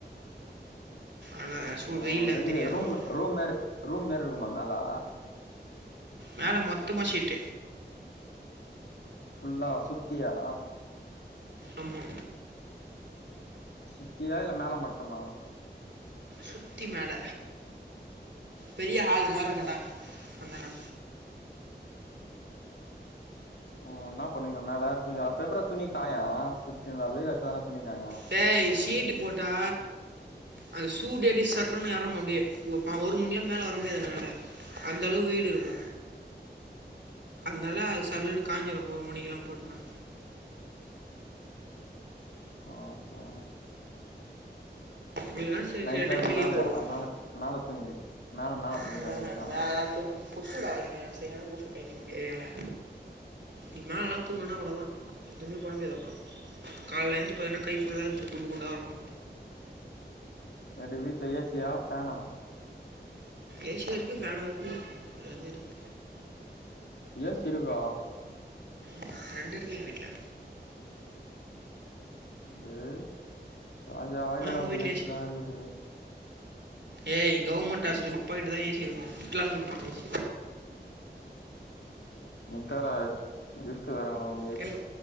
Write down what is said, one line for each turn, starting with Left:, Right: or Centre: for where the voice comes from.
Right: அதா சூழ்
Left: ஓ
Right: வெயில்லா
Left: எப்டி
Right: தெரியாது
Left: ரூம்
Right: அவ்ளோவா
Left: ரூம் மேரி ரூம் மேரி இருக்குமா நலா
Right: மேல மொத்தமா சீட்டு
Left: ஃபுல்லா சுத்தியா
Right: ஆமா
Left: சுத்தியா இல்ல மேல மட்டமாவா
Right: சுத்தி மேல பெரிய ஹாலு மாரி இருக்கோடா வந்தண்ணா
Left: ஓ இன்னா பண்ணுவீங்க மேல துணி அப்போ எப்ரோ துணி காயோ சுத்தி இங்க வெயில் அச்சா தானே துணி காயோ
Right: டேய் ஷீட்டு போட்டா அது சூடு எப்டியே சர்ருனு எறங்கோ அப்டியே ஒரு ஒரு மணிலா மேல வர முடியாது என்னால அந்த அளவுக்கு வெயில் இருக்கோ அத்னால அது சல்லுன்னு காஞ்சிரோ ஒரு மணிக்குலா போட்னா
Left: ஆ ஹா
Right: இல்லைன்னா சில
Left: நைட்ல
Right: சில டைம்
Left: எப்டி
Right: வெளியே
Left: மேலயா
Right: போடுவோம்
Left: அம் மேல மேல தூங்கி மேல மேல தூங்கிடுவியா
Right: ம்
Left: நைட்லா
Right: ஹு மேல தூங் கொசுடா இங்க சரியான கொசுடா இங்கேயோமே இதுக்மேலலா தூங்ணோனா அவ்ளோதா எதுவுமே பண்ண முடியாது அப்புறோ காலைல எந்ச்சி பாத்தோம்னா கை ஃபுல்லா குண்டு குண்டா இருக்கோ
Left: என்ட வீட்ல ஏ சியா ஃபேனா
Right: ஏ சியோ இருக்கு ஃபேனோ இருக்கு எல்லாமே இருக்கு
Left: கேஸ் இருக்கா
Right: ம் ரெண்டு இருக்கு எங்க வீட்ல
Left: டேய் ராஜ வாழ்க்கடா
Right: உங்கள்
Left: அப்ப
Right: வீட்டில்
Left: ஏ
Right: ஏசி
Left: சிலா இருக்குது
Right: ஏய் கவர்மெண்ட் ஆபீஸ்ல போய்ட்டுதா ஏ சி இருக்கோ துட்லா குடுப்பாங்க
Left: <unintelligible> கிஃப்ட்டு தரங்கலா உனுக்
Right: கிம்